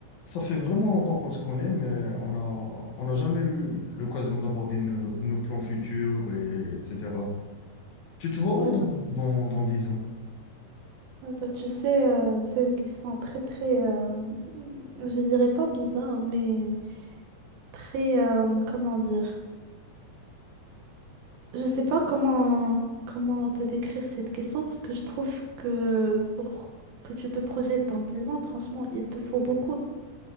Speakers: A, on the left; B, on the right.
A: Ça fait vraiment longtemps qu'on se connaît, mais on a, on n'a jamais eu l'occasion d'aborder nos, nos plans futurs, et, etc. Tu te vois
B: Ouais,
A: où dans,
B: bah,
A: dans, dans 10 ans?
B: ouais, bah, tu sais, euh, c'est une question très, très, euh, je dirais pas bizarre, mais très, euh, comment dire? Je sais pas comment, comment te décrire cette question parce que je trouve que pour que tu te projettes dans 10 ans, franchement, il te faut beaucoup